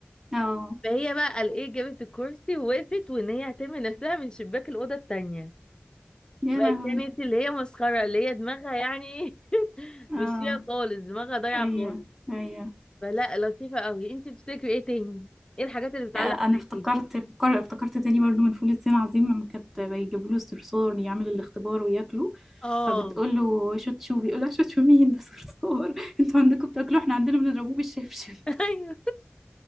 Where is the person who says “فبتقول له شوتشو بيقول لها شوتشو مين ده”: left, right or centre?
Centre